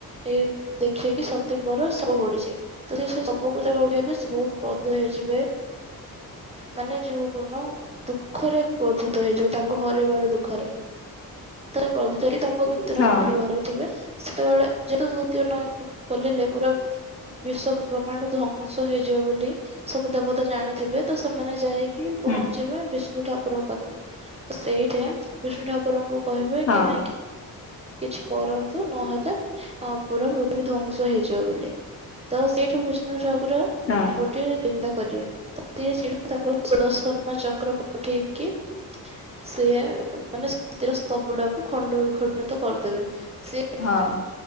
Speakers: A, on the right (about 20°); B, on the left (about 40°).
A: ଏ ଦେଖିବେ କି ସତୀଙ୍କର ଶବ ପଡ଼ିଛି ତରିଅ ସେ ସବୁ କୁ ତାର ଓଡ଼ିଆ ଏବେ ସେ ବହୁତୁ <unintelligible> ହେଇଯିବେ। ମାନେ ଯୋଉ କଣ ଦୁଃଖରେ କ୍ରୋଧିତ ହେଇଯିବେ ତାଙ୍କ ହରେଇବାର ଦୁଃଖରେ। <unintelligible> କ୍ରୋଧିତ ହେଇକି ତାଙ୍କ ତୃତୀୟ
B: ହଁ
A: ନୟନ ଖୋଲିବା ଉପରେ ଥିବେ ସେତେବେଳେ ଯେହେତୁ ତୃତୀୟ ନୟନ ଖୋଲିଲେ ପୁରା ବିଶ୍ଵ ବ୍ରହ୍ମାଣ୍ଡ ଧ୍ବଂସ ହେଇଯିବ ବୋଲି ସବୁ ଦେବତା ଜାଣିଥିବେ ତ ସେମାନେ ଯାଇକି
B: ହୁଁ
A: ପହଞ୍ଚିବେ ବିଷ୍ଣୁ ଠାକୁରଙ୍କ ପାଖକୁ ସେଇଠେ ବିଷ୍ଣୁ ଠାକୁରଙ୍କୁ କହିବେ
B: ହଁ
A: କି ନାଇଁକି କିଛି କରନ୍ତୁ ନହେଲେ ତ ପୁରା ପୃଥିବୀ ଧ୍ୱଂସ ହେଇଯିବ ବୋଲି ତ ସେଇଠୁ ବିଷ୍ଣୁ ଠାକୁର
B: ହଁ
A: ଗୋ ଟିଏ ଚିନ୍ତା କରିିବେ ତ ସିଏ <unintelligible> ତାଙ୍କ ସଦର୍ଶନ ଚକ୍ର ପଠେଇକି ସିଏ ମାନେ ଶାନ୍ତିର ସ୍ତବ ଟାକୁ ଖଣ୍ଡ ବିଖଣ୍ଡିତ କରିଦେବେ ସିଏ
B: ହଁ